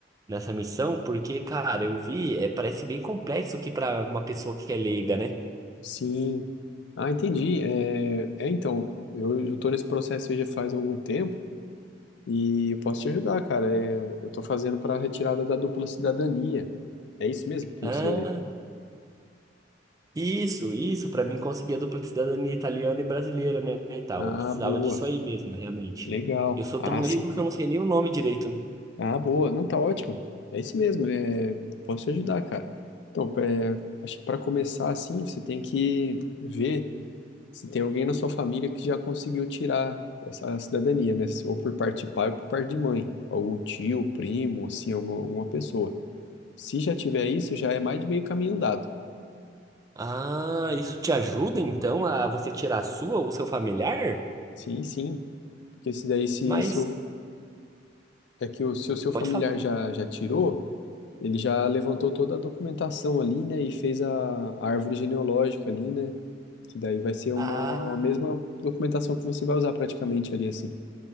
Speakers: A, on the right; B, on the left.
A: nessa missão, porque, cara, eu vi, é, parece bem complexo aqui pra uma pessoa que é leiga, né?
B: Sim. Ah, entendi. É, é, então, eu eu estou nesse processo aí já faz algum tempo e eu posso te ajudar, cara. É, eu estou fazendo para a retirada da dupla cidadania. É isso mesmo que
A: Ah,
B: você.
A: isso, isso, pra mim conseguir a dupla cidadania italiana e brasileira, né? E tal.
B: Ah,
A: Eu precisava
B: boa.
A: disso aí mesmo, realmente.
B: Legal.
A: Eu sou
B: Ah,
A: tão leigo
B: sim.
A: que eu não sei nem o nome direito, né?
B: Ah, boa. Não, tá ótimo. É isso mesmo. É, eu posso te ajudar, cara. Então, é, acho que para começar assim, você tem que ver. se tem alguém na sua família que já conseguiu tirar essa cidadania, né? Ou por parte de pai ou por parte de mãe. Algum tio, primo, assim, algum- alguma pessoa. Se já tiver isso, já é mais de meio caminho andado.
A: Ah, isso te ajuda então a você tirar a sua ou seu familiar?
B: Sim, sim. Porque se daí, se,
A: Mas
B: se o- é que o, se o seu
A: pode
B: familiar
A: falar.
B: já, já tirou, ele já levantou toda a documentação ali, né? E fez a a árvore genealógica ali, né? Que daí vai ser uma
A: Ah,
B: a mesma documentação que você vai usar praticamente ali, assim.